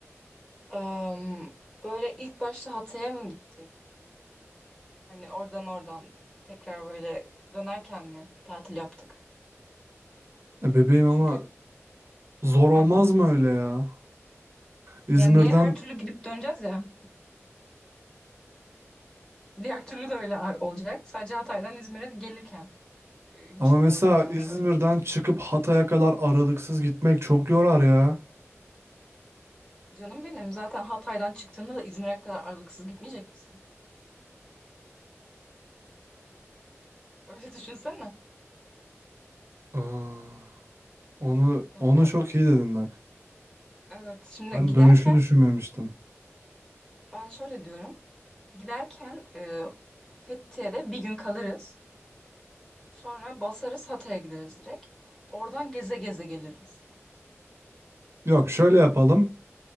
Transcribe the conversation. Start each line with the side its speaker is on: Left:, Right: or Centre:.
Left: Eee, böyle ilk başta Hatay'a mı gittik? Hani oradan oradan tekrar böyle dönerken mi tatil yaptık?
Right: E, bebeğim
Left: Çünkü
Right: ama zor
Left: ha
Right: olmaz mı öyle ya? İzmir'den
Left: yani niye her türlü gidip döneceğiz ya? Diğer türlü de öyle olacak. Sadece Hatay'dan İzmir'e gelirken. e, hiç
Right: ama
Left: durmadan
Right: mesela
Left: gelmiş
Right: İzmir'den
Left: olacağız.
Right: çıkıp Hatay'a kadar aralıksız gitmek çok yorar ya.
Left: Canım benim zaten Hatay'dan çıktığında da İzmir'e kadar aralıksız gitmeyecek misin? Öyle <laughs> düşünsene.
Right: Aa, onu
Left: Yani
Right: onu çok iyi dedin bak.
Left: evet şimdi
Right: Ben
Left: giderken
Right: dönüşü düşünmemiştim.
Left: ben şöyle diyorum. Giderken e, Fethiye'de bir gün kalırız. Sonra basarız Hatay'a gideriz direkt. Oradan geze geze geliriz.
Right: Yok şöyle yapalım.